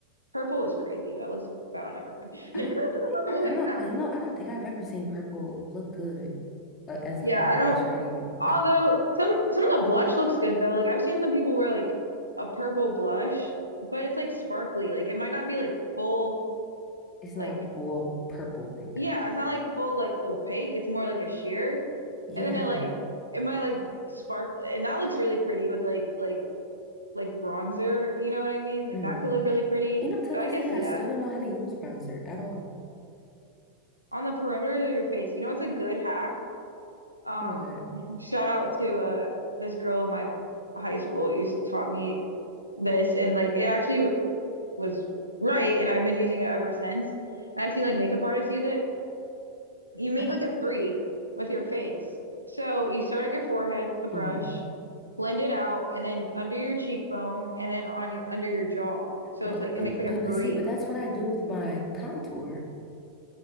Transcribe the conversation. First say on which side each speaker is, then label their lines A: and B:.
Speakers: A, on the right; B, on the left.
A: Purple is crazy. That looks bad on everyone.
B: I
A: <laughs>
B: don't. thi-
A: Like,
B: I, I don't.
A: I don't
B: I,
A: know
B: you
A: about
B: know, I
A: purple.
B: don't think I've ever seen purple look good uh, as
A: Yeah,
B: like a blush
A: I don't
B: or anything.
A: Although
B: <laughs>
A: some some of the blush looks good though. Like I've seen some people wear like a purple blush, but it's like sparkly. Like it might not be like full
B: It's
A: like
B: not full purple like.
A: yeah, it's not like full like opaque. It's more like a sheer.
B: Yeah.
A: And then it like it might like spark and that looks really pretty with like like like bronzer, you know what I mean? Like
B: Mm.
A: that could look really pretty.
B: You know, till
A: So
B: this
A: I could
B: day,
A: see
B: I still
A: that.
B: don't know how to use bronzer at all.
A: On the perimeters of your face. You know what's a good hack? Um
B: What?
A: <laughs> shout out to uh this girl in my high school who used taught me this and like it actually was right and I've been using it ever since. And I've seen like makeup artists use it. You make
B: I don't.
A: like a three with your face. So you start at your forehead with the brush,
B: mhm.
A: blend it out, and then under your cheekbone and then on your under your jaw. So
B: But,
A: it's like
B: but
A: it makes like
B: but
A: a
B: but
A: three.
B: see, but that's what I do with my contour.